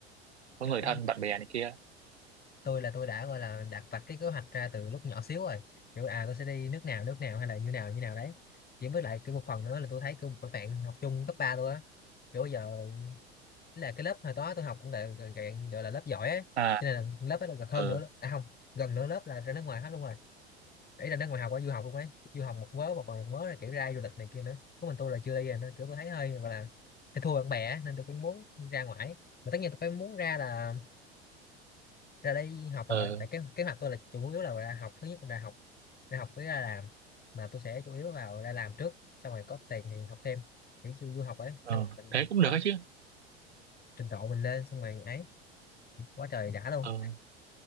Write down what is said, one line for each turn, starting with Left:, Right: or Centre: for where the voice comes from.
Right: có
Left: kiểu
Right: người thân bạn bè này kia
Left: tôi là tôi đã gọi là đặt vạch cái kế hoạch ra từ lúc nhỏ xíu rồi kiểu à tôi sẽ đi nước nào nước nào hay là như nào như nào đấy chỉ với lại cái một phần nữa là tôi thấy kiểu các bạn học chung cấp 3 tôi á kiểu bây giờ là cái lớp hồi đó tôi học cũng là gọi, gọi gọi là lớp giỏi á
Right: à
Left: cho nên là lớp ấy là gần hơn
Right: ờ
Left: nữa à không gần nửa lớp là ra nước ngoài hết luôn rồi để ra nước ngoài học qua du học luôn ấy du học một mớ và còn một mớ là kiểu ra du lịch này kia nữa có mình tôi là chưa đi rồi nên kiểu tôi thấy hơi gọi là hơi thua bạn bè á, nên tôi cũng muốn ra ngoài mà tất nhiên tôi phải muốn ra là ra đây học
Right: ờ
Left: rồi Ừ. tại kế, kế hoạch tôi là chủ yếu là ra học thứ nhất là ra học ra học với ra làm mà tôi sẽ chủ yếu vào ra làm trước xong rồi có tiền thì học thêm kiểu như du học ấy
Right: ờ
Left: xong rồi mình
Right: thế cũng được
Left: tăng
Right: ấy chứ
Left: trình độ mình lên xong rồi ấy quá trời đã luôn
Right: ờ